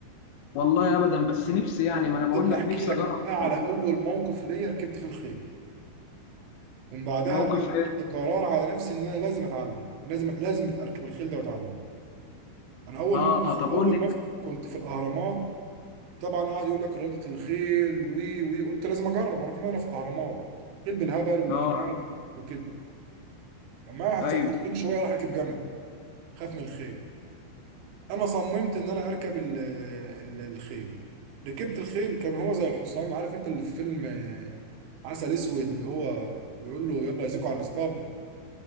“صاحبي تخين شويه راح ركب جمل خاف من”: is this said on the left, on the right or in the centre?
Right